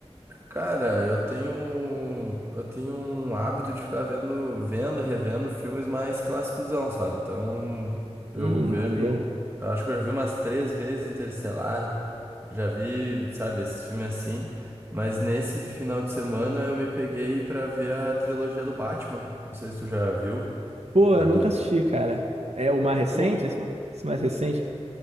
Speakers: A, on the right; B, on the right.
A: Cara, eu tenho um, eu tenho um hábito de ficar vendo, vendo e revendo filmes mais clássicosão, sabe? Então, eu
B: Hum,
A: vejo,
B: maneiro.
A: eu acho que eu já vi umas três vezes Interestelar, já vi, sabe, esses filmes assim, mas nesse final de semana eu me peguei pra ver a trilogia do Batman. Não sei se tu já viu,
B: Pô,
A: a
B: eu
A: do
B: nunca assisti, cara. É o mais recente?
A: Pô,
B: Esse ma- esse mais, recente?